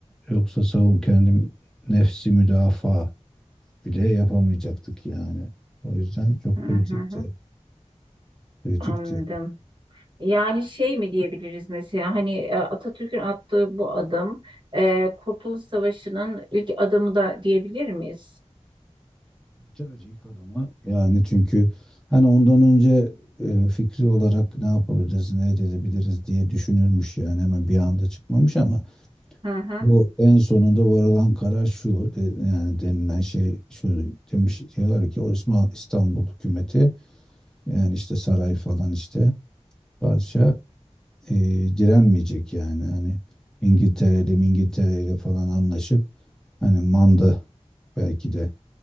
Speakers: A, in the centre; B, on the right.
A: yoksa savun kendim nefsi müdafaa bile yapamayacaktık yani. O yüzden çok
B: hı hı,
A: kritikti.
B: hı.
A: Kritikti.
B: Anladım. Yani şey mi diyebiliriz mesela hani e, Atatürk'ün attığı bu adım e, Kurtuluş Savaşı'nın ilk adımı da diyebilir miyiz?
A: Tabii ilk adama yani çünkü hani ondan önce e, fikri olarak ne yapabiliriz, ne edebiliriz diye düşünülmüş yani hemen bir anda çıkmamış ama
B: Hı hı.
A: Bu en sonunda varılan karar şu, de- yani denilen şey şu demiş diyorlar ki o İsma- İstanbul hükümeti yani işte saray falan işte padişah e, direnmeyecek yani hani İngiltere'li İngiltere'li falan anlaşıp hani manda belki de